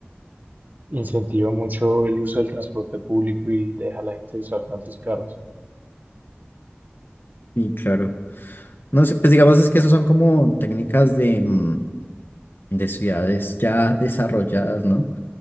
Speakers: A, on the right; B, on the left.
A: incentiva mucho el uso del transporte público y deja a la gente usar tantos carros.
B: Y claro, no sé, pues digamos es que esas son como técnicas de, mm, de ciudades ya desarrolladas, ¿no?